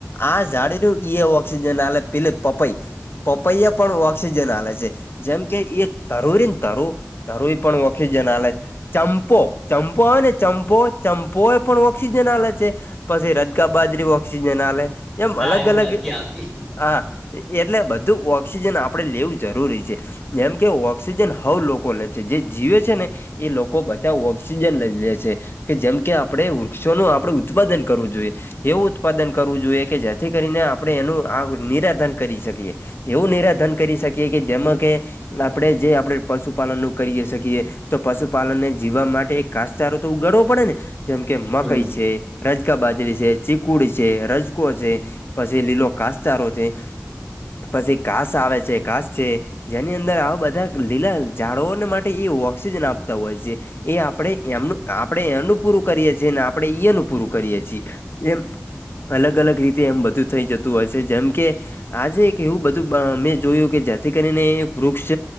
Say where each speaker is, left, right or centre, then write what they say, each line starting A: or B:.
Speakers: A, on the left; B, in the centre.
A: આ ઝાડ નું ઈ ઓક્સિજન આલે પેલે પપાઈ પપૈયા પણ ઓક્સિજન હાલે છે, જેમ કે એક તરુઈને તરુ તરુઈ પણ વખી જ નાલે છે, ચંપો ચંપો આવે ને ચંપો ચંપો એ પણ ઓક્સિજન હાલે છે. પછી રદગા બાજરી ઓક્સિજન આલે એમ
B: ના
A: અલગ
B: એવું
A: અલગ
B: નથી આવતી
A: હા, એટલે બધું ઓક્સિજન આપડે લેવું જરૂરી છે. જેમ કે ઓક્સિજન હવ લોકો લે છે જે જીવે છે, ને એ લોકો બધા ઓક્સિજન લઈ લે છે. કે જેમ કે આપડે વૃક્ષોનું આપડે ઉત્પાદન કરવું જોઈએ, એવું ઉત્પાદન કરવું જોઈએ, કે જેથી કરીને આપણે એનું આ નિરાધન કરી શકીએ એવું નિરાધન કરી શકીએ, કે જેમાં કે આપણે જે આપણે પશુપાલનનું કરીએ શકીએ, તો પશુપાલનને જીવવા માટે કાસચારો તો ઉગાડવો પડે ને જેમ કે મકઈ
B: હમ
A: છે, રજકા બાજરી છે, ચીકુડી છે, રજકો છે, પછી લીલો ઘાસચારો છે, પછી ઘાસ આવે છે ઘાસ છે. જેની અંદર આવા બધા લીલા ઝડોઓને માટે એ ઓઑક્સિજન આપતા હોય છે. એ આપણે એમનું આપણે એનું પૂરું કરીએ છીએ, ને આપણે ઈ એનું પૂરું કરીએ છીએ. એમ અલગ અલગ રીતે એમ બધું થઈ જતું હોય છે, જેમ કે આજે એક એવું બધું મેં જોયું કે જેથી કરીને વૃક્ષ